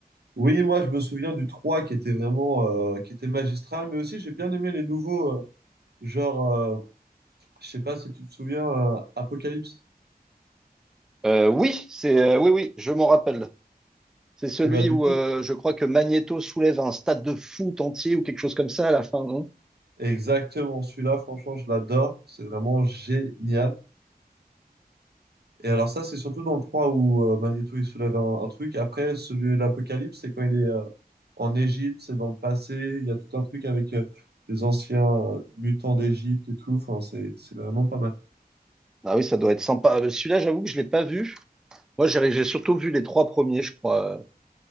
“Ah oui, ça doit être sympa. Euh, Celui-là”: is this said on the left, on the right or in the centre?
Centre